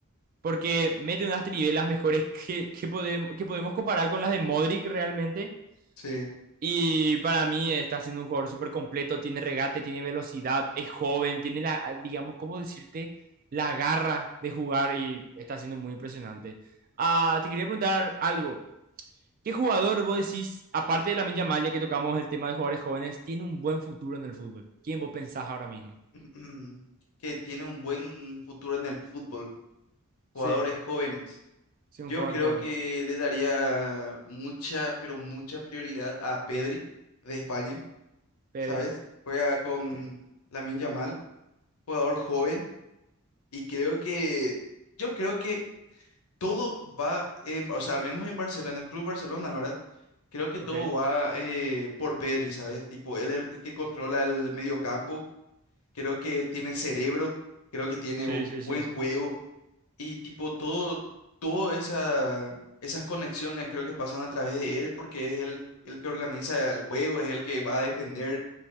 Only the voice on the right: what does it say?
porque mete unas trivelas mejores que, que, podemos, que podemos comparar con las de Modric realmente
y para mí está siendo un jugador súper completo, tiene regate, tiene velocidad, es joven, tiene la, ah, digamos, ¿cómo decirte? La garra de jugar y está siendo muy impresionante. Ah, te quería preguntar algo. ¿Qué jugador vos decís, aparte de la Yamal, ya que tocamos el tema de jugadores jóvenes, tiene un buen futuro en el fútbol? ¿Quién vos pensás ahora mismo?
Sí,
sí, un
jugador
joven.
Pedri.
Sí.
Ok.
Sí,
sí,
sí.